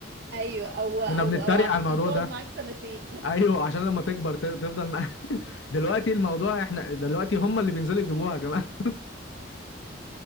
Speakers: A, on the right (about 60°); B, on the left (about 70°).
A: ايوه او او
B: كنا بنتريق
A: او علشان
B: على الموضوع
A: تقعد
B: ده
A: معاك سنتين
B: ايوه عشان لما تكبر ت- تفضل م... <laughs> دلوقتي الموضوع احنا دلوقتي هم اللي بينزلوا يجيبوها يا جماعه